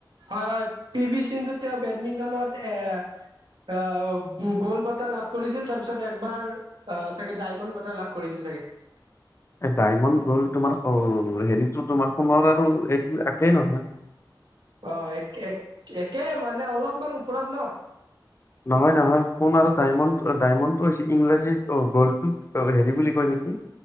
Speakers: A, on the right; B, on the left.
A: হয়, হয়, পি বি সিন্ধু তেওঁ বেডমিণ্টনত এ আহ, গোল বঁটা লাভ কৰিছিল, তাৰপিছত একবাৰ অ, চাগে ডায়মণ্ড বঁটাৰ লাভ কৰিছিল চাগে!
B: এ, ডায়মণ্ড গ'ল তোমাৰ হেৰিতো, তোমাৰ সোণৰ আৰু এইটো একেই নহয়।
A: অঁ, এক একে মানে অলপমান ওপৰত ন!
B: নহয়, নহয়, সোন আৰু ডায়মণ্ড-ডায়মণ্ডটো হৈছে ইংৰাজীত গ'ল্ডত হেৰি বুলি কয় নেকি!